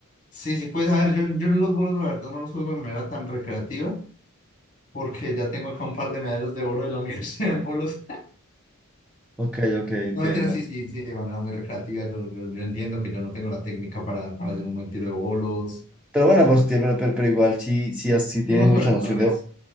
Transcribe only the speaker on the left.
Sí, sí, pues a ver, yo, yo los bolos la verdad no los juego de manera tan recreativa, porque ya tengo acá un par de medallas de oro de la <laughs> universidad en bolos.
No, mentira, sí, sí, sí, de manera muy recreativa. Yo, yo, yo entiendo que yo no tengo la técnica para, para hacer un buen tiro de bolos.
Tengo suerte,
tal vez.